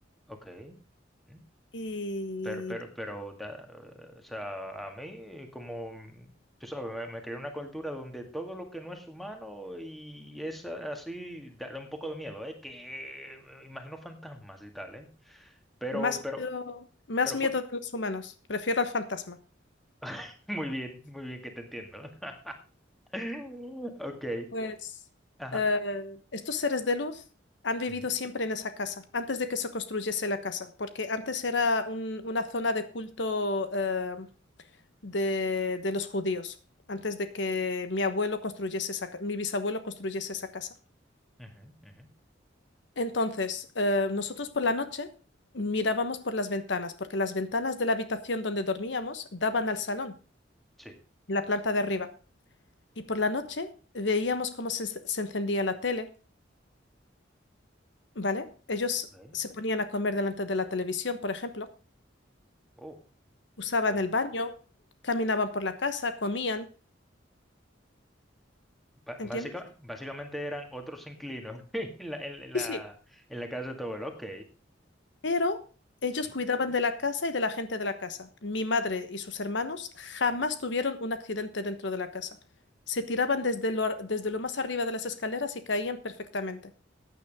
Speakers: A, in the centre; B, on the left (about 65°).
A: ok. Ujú.
B: Y
A: Pero, pero, pero, da- o sea, a mí, como, mm, tú sabes, me, me creé una cultura donde todo lo que no es humano y es a- así, da, da un poco de miedo, ¿eh? Que me imagino fantasmas y tal, ¿eh? Pero,
B: más
A: pero,
B: miedo, más
A: pero,
B: miedo
A: cu-
B: de los humanos, prefiero al fantasma.
A: <laughs> muy bien, muy bien que te entiendo. <laughs> Ok,
B: Pues
A: Ajá.
B: eh, estos seres de luz han vivido
A: Ujú,
B: siempre en esa casa, antes de que se construyese la casa, porque antes era un- una zona de culto eh, de, de los judíos, antes de que mi abuelo construyese esa, ca- mi bisabuelo construyese esa casa.
A: ujú, ujú.
B: Entonces, eh, nosotros por la noche mirábamos por las ventanas, porque las ventanas de la habitación donde dormíamos daban al salón,
A: Sí.
B: en la planta de arriba, y por la noche veíamos cómo se se encendía la tele ¿vale? Ellos
A: Ok.
B: se ponían a comer delante de la televisión, por ejemplo,
A: Oh,
B: usaban
A: ok.
B: el baño, caminaban por la casa, comían,
A: Ba-
B: ¿entiendes?
A: básica- básicamente eran otros inquilinos <laughs> en la, en la,
B: Sí, sí,
A: en la casa de tu abuelo. Ok.
B: pero ellos
A: Sí.
B: cuidaban de la casa y de la gente de la casa. Mi madre y sus hermanos jamás tuvieron un accidente dentro de la casa. Se tiraban desde lo, ar- desde lo más arriba de las escaleras y caían perfectamente.